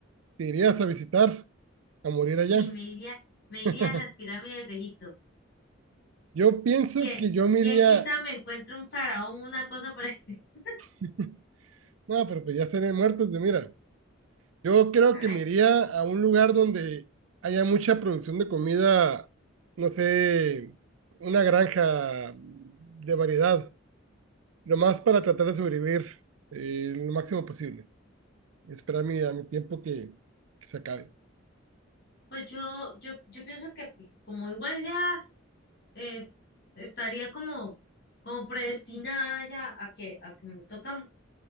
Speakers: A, on the right (about 85°); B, on the left (about 60°).
A: ¿Te irías a visitar, a morir
B: Sí,
A: allá?
B: me iría, me iría
A: <laughs>
B: a las pirámides de Egipto.
A: Yo pienso
B: ¿Quién,
A: que yo me
B: quién
A: iría,
B: quita me encuentre un faraón, una cosa por ahí? <laughs>
A: <laughs> no, pero pues ya seré muertos de mira. Yo creo
B: Ay,
A: que me iría a un lugar donde haya mucha producción de comida, no sé, una granja de variedad, nomás para tratar de sobrevivir eh, lo máximo posible. Esperar mi- a mi tiempo que, que se acabe.
B: pues yo, yo, yo pienso que pues, como igual ya eh, estaría como, como predestinada ya a que, a que me toca m-